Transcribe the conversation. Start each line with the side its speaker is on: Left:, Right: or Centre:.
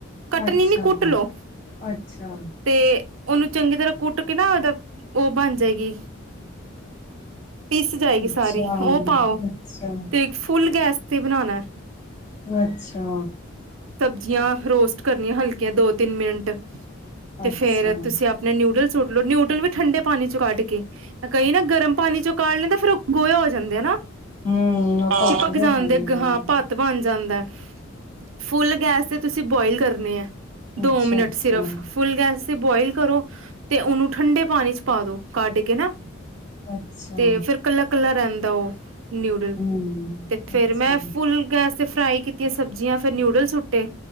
Right: ਕੱਟਣੀ
Left: ਅੱਛਾ,
Right: ਨੀ ਕੁੱਟ ਲੋੋ
Left: ਅੱਛਾ,
Right: ਤੇ ਉਹਨੂੰ ਚੰਗੀ ਤਰ੍ਹਾਂ ਕੁੱਟ ਕੇ ਨਾ ਉਹਦਾ ਉਹ ਬਣ ਜਾਏਗੀ ਪਿਸ ਜਾਏਗੀ
Left: ਅੱਛਾ,
Right: ਸਾਰੀ ਉਹ ਪਾਓ
Left: ਅੱਛਾ।
Right: ਤੇ ਫੁੱਲ ਗੈਸ ਤੇ ਬਣਾਉਣਾ
Left: ਅੱਛਾ।
Right: ਜ ਰੋਸਟ ਕਰਨੀਆਂ ਹਲਕੀਆਂ ਦੋ ਤਿੰਨ ਮਿੰਟ ਤੇ
Left: ਅੱਛਾ।
Right: ਫੇਰ ਤੁਸੀਂ ਆਪਣੇ ਨਿੂਡਲ ਸੁੱਟ ਲੋ ਨਿਊਡਲ ਵੀ ਠੰਡੇ ਪਾਣੀ ਚੋਂ ਕੱਢ ਕੇ ਕਈ ਨਾ ਗਰਮ ਪਾਣੀ ਚੋਂ ਕਾਲ ਲੈਂ ਤਾਂ ਫੇਿਰ ਉਹ ਗੋਇਆ ਹੋ ਜਾਂਦੇ ਆ ਨਾ
Left: ਹਮਮ, ਆਪਾਂ
Right: ਚਿਪਕ
Left: ਅੱੱਠ ਹਜਾਰ
Right: ਜਾਂਦੇ
Left: ਮੰਗਦੇ
Right: ਹਾਂ
Left: ਆ।
Right: ਭੱਤ ਬਣ ਜਾਂਦਾ ਏ। ਫੁੱਲ ਗੈਸ ਤੇ ਤੁਸੀਂ ਬੋਆਇਲ ਕਰਨੇ ਐ ਦੋ
Left: ਅੱਛਾ-ਅੱਛਾ।
Right: ਮਿੰਟ ਸਿਰਫ, ਫੁੱਲ ਗੈਸ ਤੇ, ਬੋਆਇਲ ਕਰੋ ਤੇ ਉਹਨੂੰ ਠੰਡੇ ਪਾਣੀ ਚ ਪਾ ਦੋ, ਕੱਢ ਕੇ ਨਾ।
Left: ਅੱਛਾ,
Right: ਤੇ ਫੇਰ ਕੱਲਾ-ਕੱਲਾ ਰਹਿੰਦਾ ਦੋ ਨਿਊਡਲ,
Left: ਹੂੰ,
Right: ਤੇ ਫੇਰ
Left: ਅੱਛਾ।
Right: ਮੈਂ ਫੁੱਲ ਗੈਸ ਤੇ ਫਰਾਈ ਕੀਤੀਆਂ ਸਬਜ਼ੀਆਂ, ਫੇਰ ਨਿਊਡਲ ਸੁੱਟੇ,